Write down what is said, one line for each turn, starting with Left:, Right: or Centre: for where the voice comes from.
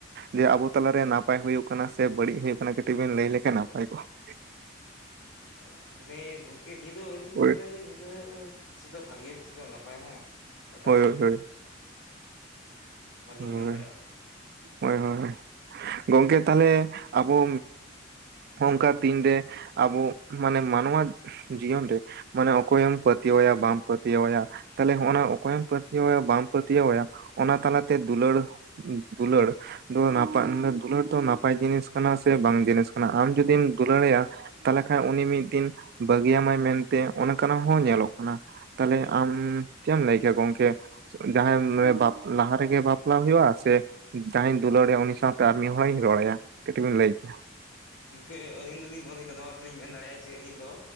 Right: ᱡᱮ, ᱟᱵᱚ ᱛᱟᱞᱟᱨᱮ, ᱱᱟᱯᱟᱭ ᱦᱩᱭᱩᱜ ᱠᱟᱱᱟ, ᱥᱮ ᱵᱟᱹᱲᱤᱡ ᱦᱩᱭᱩᱜ ᱠᱟᱱᱟ, ᱠᱟᱹᱴᱤᱡ, ᱵᱮᱱ ᱞᱟᱹᱭ ᱞᱮᱠᱷᱟᱱ ᱱᱟᱯᱟᱭ ᱠᱚᱜᱼᱟ ᱾
Left: ᱟ ᱼ, ᱚᱱᱮ ᱜᱚᱝᱠᱮ ᱱᱤᱭᱟᱹ ᱫᱚ, ᱟᱹᱞᱤᱧ ᱞᱤᱧ
Right: ᱦᱳᱭ
Left: ᱢᱮᱱᱟ, ᱡᱮ, ᱱᱤᱭᱟᱹ ᱫᱚ ᱢᱤᱫ ᱥᱮᱫ ᱫᱚ ᱵᱷᱟᱸᱜᱮᱭᱟ, ᱢᱤᱫ ᱥᱮᱫ ᱫᱚ ᱱᱟᱯᱟᱭ ᱦᱚᱸ, ᱚᱠᱟᱴᱟᱜ
Right: ᱦᱳᱭ
Left: ᱞᱤᱧ
Right: ᱦᱳᱭ
Left: ᱱᱚᱣᱟ ᱞᱤᱧ
Right: ᱦᱳᱭ
Left: ᱢᱮᱱ ᱫᱟᱲᱮᱭᱟᱜᱼᱟ ᱾
Right: ᱦᱳᱭ ᱦᱚᱭ ᱦᱳᱭ, ᱜᱚᱝᱠᱮ ᱛᱟᱦᱟᱞᱮ ᱟᱵᱚ ᱚᱱᱠᱟ ᱛᱤᱱᱨᱮ, ᱟᱵᱚ ᱢᱟᱱᱮ, ᱢᱟᱱᱣᱟᱹ ᱡᱤᱭᱚᱱ ᱨᱮ ᱢᱟᱱᱮ, ᱚᱠᱚᱭᱮᱢ ᱯᱟᱹᱛᱭᱟᱹᱟᱭᱟ, ᱵᱟᱢ ᱯᱟᱹᱛᱭᱟᱹᱟᱭᱟ, ᱛᱟᱦᱚᱞᱮ, ᱚᱠᱚᱭᱮᱢ ᱯᱟᱹᱛᱭᱟᱹᱟᱭᱟ, ᱵᱟᱢ ᱯᱟᱹᱛᱭᱟᱹᱟᱭᱟ, ᱚᱱᱟ ᱛᱟᱞᱟᱛᱮ ᱫᱩᱞᱟᱹᱲ ᱫᱩᱞᱟᱹᱲ, ᱫᱚ ᱱᱟᱯᱟᱭ ᱫᱩᱞᱟᱹᱲ ᱫᱚ ᱱᱟᱯᱟᱭ ᱡᱤᱱᱤᱥ ᱠᱟᱱᱟ, ᱥᱮ ᱵᱟᱝ ᱡᱤᱱᱤᱥ ᱠᱟᱱᱟ, ᱟᱢ ᱡᱩᱫᱤᱢ ᱫᱩᱞᱟᱹᱲ ᱟᱭᱟ ᱛᱟᱦᱟᱞᱮ, ᱠᱷᱟᱡ ᱩᱱᱤ ᱢᱤᱫ ᱫᱤᱱ, ᱵᱟᱹᱜᱤᱭᱟᱢᱟᱭ ᱢᱮᱱᱛᱮ, ᱚᱱᱠᱟᱱᱟᱜ ᱦᱚᱸ ᱧᱮᱞᱚᱜ ᱠᱟᱱᱟ ᱾ ᱛᱟᱦᱟᱞᱮ, ᱟᱢ ᱪᱮᱫ ᱮᱢ ᱞᱟᱹᱭ ᱠᱮᱭᱟ ᱜᱚᱝᱠᱮ? ᱡᱟᱦᱟᱸᱭ ᱞᱟᱦᱟ ᱨᱮᱜᱮ ᱵᱟᱯᱞᱟ ᱦᱩᱭᱩᱜᱼᱟ, ᱥᱮ ᱡᱟᱦᱟᱸᱭᱤᱧ ᱫᱩᱞᱟᱹᱲ ᱟᱭᱟ, ᱩᱱᱤ ᱥᱟᱶᱛᱮ ᱟᱨ ᱢᱤᱫ ᱦᱚᱲᱤᱧ ᱨᱚᱲ ᱟᱭᱟ, ᱠᱟᱹᱴᱤᱡ ᱵᱤᱱ ᱞᱟᱹᱭ ᱠᱮᱭᱟ ᱾
Left: ᱜᱚᱝᱠᱮ, ᱟᱹᱞᱤᱧ ᱫᱚᱞᱤᱧ, <unintelligible> ᱱᱚᱣᱟᱞᱤᱧ ᱢᱮᱱ ᱫᱟᱲᱮᱭᱟᱜᱼᱟ, ᱡᱮ ᱟᱹᱞᱤᱧ ᱫᱚ